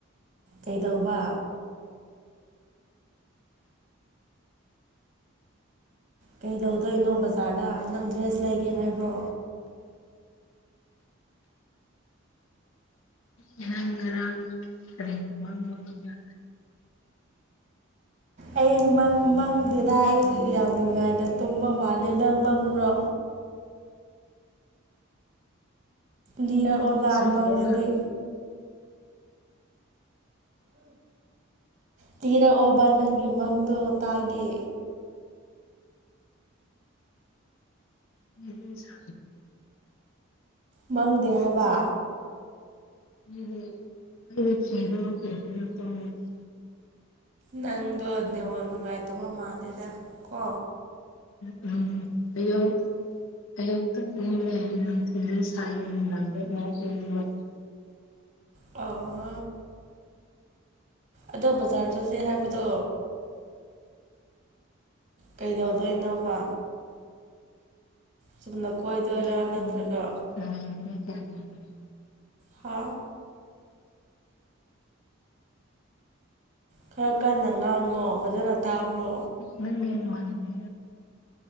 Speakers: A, on the right; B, on the left.
A: ꯀꯩꯗꯧꯕ ꯀꯩꯗꯧꯗꯣꯏꯅꯣ ꯕꯖꯥꯔꯗ ꯅꯪ ꯗ꯭ꯔꯦꯁ ꯂꯩꯒꯦ ꯍꯥꯏꯕ꯭ꯔꯣ
B: ꯅꯪ ꯉꯔꯥꯡ ꯀꯩ <unintelligible>
A: ꯑꯩ ꯃꯪ ꯃꯪꯗꯦꯗ ꯑꯩ ꯌꯥꯝ ꯅꯨꯡꯉꯥꯏꯅ ꯇꯨꯝꯕ ꯃꯥꯜꯂꯦ ꯅꯪ ꯃꯪꯕ꯭ꯔꯣ ꯂꯌꯥ
B: ꯅꯪ
A: ꯑꯣꯔꯗꯥꯕ
B: ꯁꯥꯏꯌꯦꯕ
A: ꯃꯒꯗꯤ ꯇꯤꯔꯛꯑꯣꯕ ꯅꯪꯒꯤ ꯃꯪꯗꯣ ꯇꯥꯒꯦ
B: ꯎꯝ ꯁ
A: ꯃꯪꯗꯦ ꯍꯥꯏꯕ
B: <unintelligible>
A: ꯅꯪꯗꯣ ꯅꯤꯋꯥꯛ ꯅꯨꯡꯉꯥꯏꯇꯕ ꯃꯥꯜꯂꯦꯗ ꯀꯣ
B: ꯎꯝ ꯑꯩ <unintelligible> <unintelligible>
A: ꯑꯧ ꯑꯗꯣ ꯕꯖꯥꯔ ꯆꯠꯁꯦ ꯍꯥꯏꯕꯗꯣ ꯀꯩꯗꯧꯗꯣꯏꯅꯣꯕ ꯆꯨꯝꯅ ꯀꯣꯏꯗꯣꯏꯔꯥ
B: ꯅꯪ
A: ꯅꯠꯇ꯭ꯔꯒ
B: ꯎꯝ ꯅꯃꯥꯟꯅꯕꯤ ꯀꯌꯥ ꯂꯩꯒꯦ
A: ꯍꯥ ꯈꯔ ꯀꯟꯅ ꯉꯥꯡꯉꯣ ꯐꯖꯅ ꯇꯥꯕ꯭ꯔꯣ
B: ꯅꯪ ꯌꯦꯡꯉꯣ ꯍꯥꯏꯕꯅꯤ